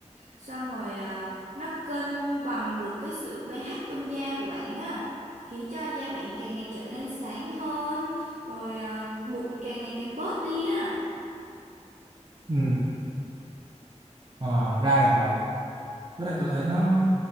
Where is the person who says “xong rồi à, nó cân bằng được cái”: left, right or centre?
Right